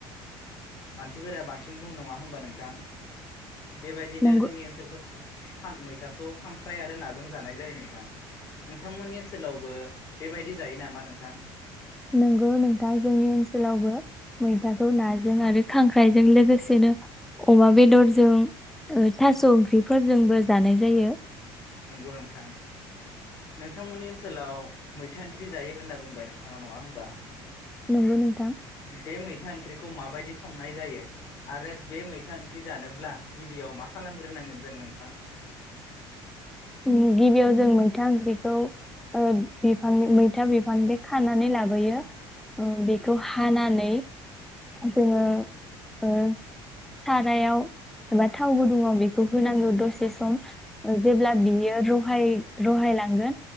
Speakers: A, on the left; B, in the centre.
A: मानसिफोरा बांसिन न बुं नङा होम्बा नोंथां? बेबायदिनो
B: नंगौ
A: जोंनि ओन्सोलफोर हां मैथाखौ हांख्राइ आरो नाजों जानाय जायो नोंथां। नोंथांमोननि ओन्सोलावबो बेबायदि जायो नामा नोंथां?
B: नोंगौ नोंथां जोंनि ओन्सोलावबो मैथाखौ नाजों आरो खांख्राइजों लोगोसेनो अमा बेदरजों ओ थास' ओंख्रिफोरजोंबो जानाय जायो।
A: नंगौ नोंथां। नोंथांमोननि ओन्सोलाव मैथा ओंख्रि जायो होन्ना बुंबाय नोंथाङा नङा होमबा?
B: नंगौ नोंथां।
A: बे मैथा ओंख्रिखौ माबायदि संनाय जायो आरो बे मैथा ओंख्रि जानोब्ला गिबियाव मा खालामग्रोनांगोन जों नोंथां?
B: उम गिबियाव जों मैथा ओंख्रिखौ ओ बिफां मैथा बिफां बे खानानै लाबोयो ओ बेखौ हानानै जोङो ओ सारायाव एबा थाव गुदुङाव बेखौ होनांगौ दसे सम ओ जेब्ला बियो रहाय रहायलांगोन